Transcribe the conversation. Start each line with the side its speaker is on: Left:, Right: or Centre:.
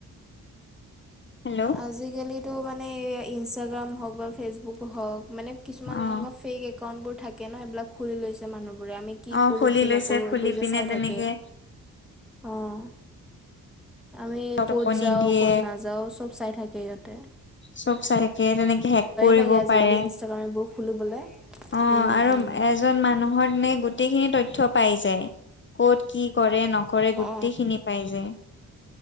Left: হেল্ল'
Centre: আজিকালিতো মানে এই ইনষ্টাগ্ৰাম হওঁক বা ফেচবুক হওঁক মানে', কিছুমান
Left: অ
Centre: এনেকুৱা ফেক একাউণ্টবোৰ থাকে ন সেইবিলাক খুলি লৈছে মানুহবোৰে আমি কি
Left: অ
Centre: কৰোঁ',
Left: খুলি
Centre: কি
Left: লৈছে
Centre: নকৰোঁ
Left: খুলি
Centre: এইবোৰ যে
Left: পিনে
Centre: চাই
Left: তেনেকে
Centre: থাকে', অ', আমি
Left: টোপনি
Centre: ক'ত যাও
Left: দিয়ে
Centre: ক'ত নাযাওঁ চব', চাই থাকে ইহঁতে',
Left: চব চাই থাকে তেনেকে হেক কৰিব
Centre: লাগে আজিকালি
Left: পাৰে',
Centre: ইনষ্টাগ্ৰাম এইবোৰ খুলিবলৈ।
Left: অ',
Centre: উম
Left: আৰু
Centre: উম।
Left: এজন মানুহৰ এনেকে গোটেইখিনি তথ্য পাই যায়', ক'ত কি কৰে নকৰে
Centre: অ।
Left: গোটেই খিনি পাই যে',